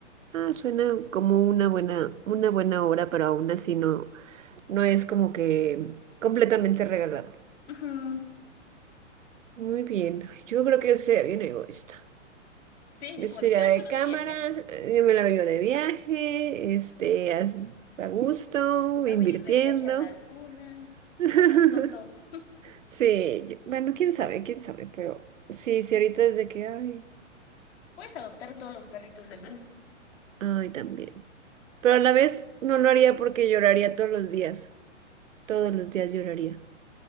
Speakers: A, on the right; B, on the left.
A: Ah, suena como una buena, una buena obra, pero aún así no, no es como que completamente regalado.
B: Ujú.
A: Muy bien. Yo creo que yo sería bien egoísta.
B: Sí, y
A: Yo
B: tú como
A: sería
B: de, yo
A: de
B: solo
A: cámara,
B: de viaje.
A: eh, yo me la veo de viaje, este, as- a gusto,
B: Me
A: invirtiendo.
B: voy a ir de viaje a la luna.
A: <laughs>
B: Adiós, tontos.
A: Sí, yo- bueno, quién sabe, quién sabe, pero sí, sí, ahorita desde que, ay,
B: <laughs> Puedes adoptar todos los perritos del mundo.
A: ay, también. Pero a la vez no lo haría porque lloraría todos los días, todos los días lloraría.